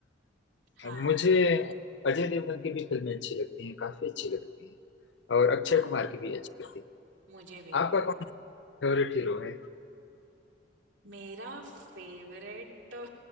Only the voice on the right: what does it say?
हाँ
हाँ
मुझे भी
मेरा फेवरेट तो